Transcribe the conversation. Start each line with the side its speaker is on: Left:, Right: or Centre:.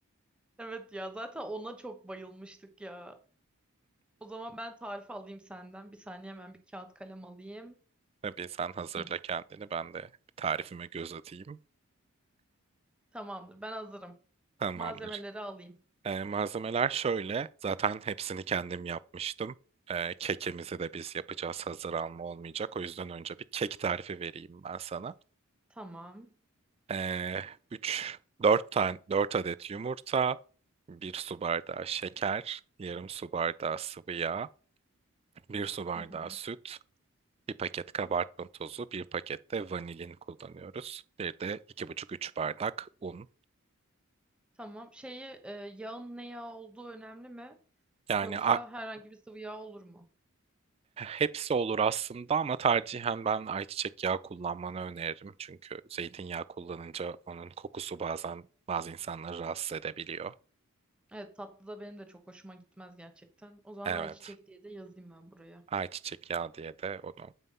Centre: Evet ya zaten ona çok bayılmıştık ya. O zaman ben tarif alayım senden. Bir saniye hemen bir kağıt kalem alayım.
Right: Tabii sen hazırla
Centre: Hı,
Right: kendini, ben de tarifime göz atayım.
Centre: tamamdır ben hazırım.
Right: Tamamdır.
Centre: Malzemeleri alayım.
Right: Ee, malzemeler şöyle, zaten hepsini kendim yapmıştım. Ee, kekimizi de biz yapacağız, hazır alma olmayacak. O yüzden önce bir kek tarifi vereyim ben sana.
Centre: Tamam.
Right: Ee, 3 4 tane 4 adet yumurta, 1 su bardağı şeker, yarım su bardağı sıvı yağ, 1 su bardağı
Centre: Hı hı.
Right: süt, 1 paket kabartma tozu, 1 paket de vanilin kullanıyoruz. Bir de iki buçuk 3 bardak un.
Centre: Tamam. Şeyi e, yağın ne yağ olduğu önemli mi?
Right: Yani
Centre: Yoksa
Right: a-
Centre: herhangi bir sıvı yağ olur mu?
Right: hepsi olur aslında ama tercihen ben ayçiçek yağı kullanmanı öneririm. Çünkü zeytinyağı kullanınca onun kokusu bazen bazı insanları rahatsız edebiliyor.
Centre: Evet tatlı da benim de çok hoşuma gitmez gerçekten. O zaman
Right: Evet.
Centre: ayçiçek diye de yazayım ben buraya.
Right: Ayçiçek yağı diye de onu